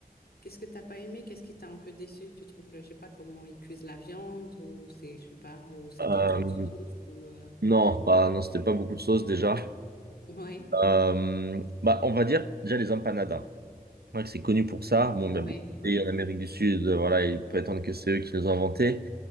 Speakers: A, on the left; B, on the right.
A: Qu'est-ce que t'as pas aimé? Qu'est-ce qui t'a un peu déçu? Tu trouves le, je sais pas comment ils cuisent la viande ou c'est, je sais pas, ou c'était
B: euh,
A: trop de sauce ou euh...
B: non, bah non, c'était pas beaucoup de sauce déjà.
A: <laughs> Ouais,
B: Euh, bah, on va dire déjà les empanadas. Ouais, c'est connu pour ça. Bon, il y
A: ouais,
B: a beaucoup de
A: ouais.
B: pays en Amérique du Sud, euh, voilà, ils prétendent que c'est eux qui les ont inventés.